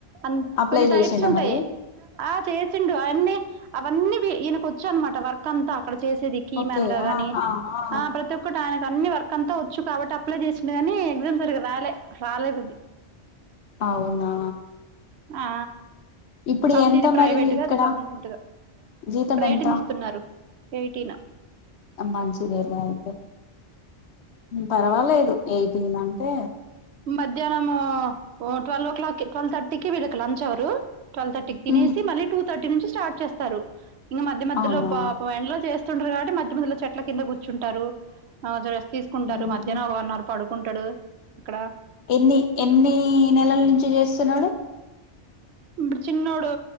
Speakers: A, on the right (about 70°); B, on the left (about 70°).
A: అ
B: అప్లై
A: కొన్ని
B: చేసిండా
A: టైప్స్ ఉంటాయి
B: మరి
A: ఆ చేసిండు అవన్నీ అవన్నీ ఈయనకు వచ్చా అన్న మాట వర్క్ అంతా అక్కడ చేసేది కీ
B: ఓకే
A: మ్యాన్ గా గానీ
B: ఆ ఆ ఆ
A: ప్రతి ఒక్కటి ఆయన అన్ని వర్క్ అంతా వచ్చు కాబట్టి అప్లై చేసింది గానీ ఎగ్జామ్ సరిగా రాయలే రాలేదు అది
B: అవునా
A: ఆ
B: ఇప్పుడు
A: కాకపోతే
B: ఎంత
A: ఇది ప్రైవేట్
B: మరి ఇక్కడ
A: గా అది గవర్నమెంట్గా
B: జీతం
A: ఇప్పుడు రైటింగ్
B: ఎంత
A: ఇస్తున్నారు ఎయిటీన్
B: మంచి లేర్గా అయితే పర్వాలేదు ఎయిటీన్ అంటే
A: మధ్యాహ్నం ట్వల్వ్ ఓ క్లాక్కి ట్వల్వ్ తర్టీకి వీళ్ళకి లంచ్ అవర్ ట్వెల్వ్ థర్టీ తినేసి
B: మ్మ్
A: మళ్ళీ టూ థర్టీ నుండి స్టార్ట్ చేస్తారు ఇంకా మధ్య మధ్య
B: అవునా
A: <unintelligible> డ కాగా మధ్య మధ్య లో చెట్ల కింద కూర్చుంటారు రెస్ట్ తీసుకుంటారు
B: మ్మ్
A: మధ్యాహ్న ఒక వన్ అవర్ పడుకుంటాడు అక్కడ
B: ఎన్ని ఎన్ని నెలల నుంచి చేస్తున్నారూ
A: ఇప్పుడు చిన్నోడు